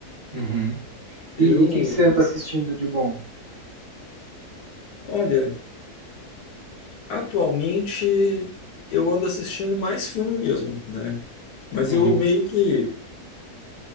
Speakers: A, on the right (about 30°); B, on the left (about 85°).
A: Uhum.
B: Eu,
A: E e o que que você anda assistindo de bom?
B: olha. Atualmente eu ando assistindo mais filme mesmo, né? Mas
A: Uhum.
B: eu meio que